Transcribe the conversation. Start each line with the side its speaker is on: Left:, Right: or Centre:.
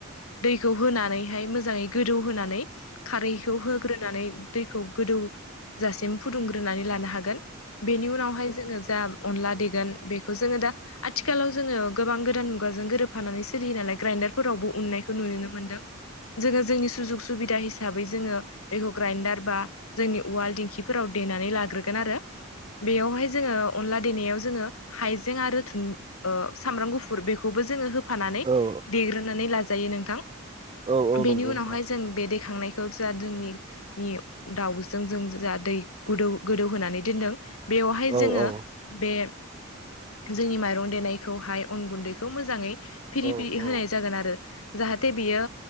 Left: दैखौ होनानैहाय मोजांङै गोदौ होनानै खारैखौ होग्रोनानै दैखौ गोदौजासिम फुदुंग्रोनानै लानो हागोन। बेनि उनावहाय जोङो जा अनला देगोन बेखौ जोङो दा आथिखालाव जोङो गोबां गोदान मुगाजों गोरोबफानानै सोलियो नालाय ग्राइडार फोरावबो उननायखौ नुनो मोनदों जोंङो जोंनि <unintelligible> सुबिदा हिसाबै जोङो बेखौ ग्राइडार बा जोंनि उवाल दिंखिफोराव देनानै लाग्रोगोन आरो बेयावहाय जोङो अनला देनायाव जोङो हाइजें डु सामब्राम गुफुर बेखौबो जोङो हो फानानै
Right: औ
Left: देग्रोनानै लाजायो नोंथां
Right: औ औ
Left: बेनि
Right: नंगौ
Left: उनावहाय
Right: नोंथां
Left: जों बे दैखांनायखौ जा जोंनि दाउजों जों जा दै गोदौ गोदौ होनानै नों बेवहाय
Right: औ
Left: जोङो
Right: औ
Left: बे जोंनि माइरं देनायखौहाय अन गुन्दैखौ मोजांङै फ्रि
Right: दे होमबा
Left: फ्रि होनाय जागोन आरो जाहाथे बेयो